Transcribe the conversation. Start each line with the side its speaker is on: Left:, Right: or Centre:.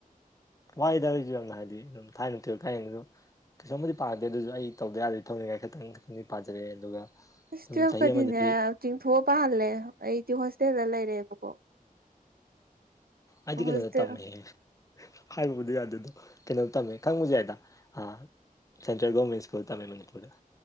Left: ꯋꯥꯏꯗ ꯑꯩꯁꯨ ꯌꯥꯝꯅ ꯍꯥꯏꯗꯤ ꯑꯗꯨꯝ ꯊꯥꯏꯅ ꯇꯨꯌꯦꯞ ꯀꯥꯔꯤꯉꯩ ꯑꯗꯨꯝ ꯀꯩꯁꯨꯝꯕꯨꯗꯤ ꯄꯥꯗꯦ ꯑꯗꯨꯁꯨ ꯑꯩ ꯇꯧꯗ ꯌꯥꯗꯦ ꯊꯧꯅꯤꯡꯉꯥꯏ ꯈꯤꯇꯪ ꯈꯪꯗꯤ ꯄꯥꯖꯔꯛꯑꯦ ꯑꯗꯨꯒ
Right: ꯀ꯭ꯂꯥꯁ
Left: ꯑꯗꯨꯝ
Right: ꯇꯨꯌꯦꯞꯀꯗꯤꯅꯦ
Left: ꯆꯍꯤ ꯑꯃꯗꯗꯤ
Right: ꯆꯤꯡꯊꯣꯛꯑ ꯄꯥꯍꯜꯂꯦ ꯑꯩꯗꯤ ꯍꯣꯁꯇꯦꯜꯗ ꯂꯩꯔꯦꯕꯀꯣ
Left: ꯑꯩꯗꯤ
Right: ꯍꯣꯁꯇꯦꯜ
Left: ꯀꯩꯅꯣꯗ ꯇꯝꯃꯛꯑꯦ ꯍꯥꯏꯕꯕꯨꯗꯤ ꯌꯥꯗꯦꯗꯣ ꯀꯩꯅꯣꯗ ꯇꯝꯃꯛꯑꯦ ꯈꯪꯕꯁꯨ ꯌꯥꯏꯗ ꯑ ꯁꯦꯟꯇ꯭ꯔꯦꯜꯒꯃꯦꯟ ꯒꯣꯕꯔꯃꯦꯟ ꯁꯀꯨꯜ ꯇꯝꯃꯛꯑꯦ ꯃꯅꯤꯄꯨꯔꯗ